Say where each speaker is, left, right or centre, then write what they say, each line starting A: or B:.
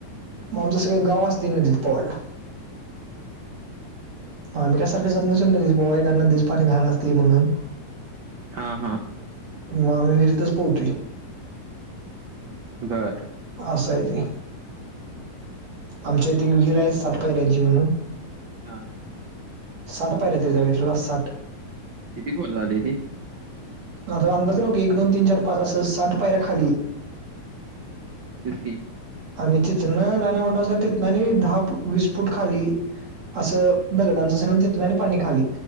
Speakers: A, on the right; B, on the right.
A: मगं आमचं सगळं गावं असतंय, नदीत पोहायला. आम्ही काय सारखं जात नाही सोड नदीत पोहाय. कारण नदीच पाणी घाण असतंय म्हणून.
B: हां हां.
A: मगं आम्ही विहिरीतच पोहतोय.
B: बरं.
A: असय ते. आमच्या इथे एक विहीर आहे सात पायऱ्यांची म्हणून.
B: हां.
A: साठ पायऱ्या तेचा वीटला साठ.
B: किती कॉल झाले ती.
A: आता अंदाज लाव की एक दोन तीन चार पाच असं साठ पायऱ्या खाली.
B: ते च की
A: आणि तितन नाय नाय म्हणलासा तितना दहा वीस फूट खाली. असं दगडांचं असेल आणि तिथूनने पाणी खाली.